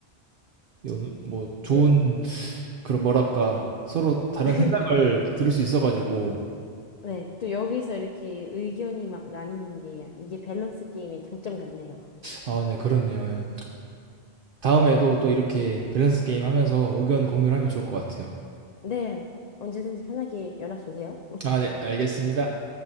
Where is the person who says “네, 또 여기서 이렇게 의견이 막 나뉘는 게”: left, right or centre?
Left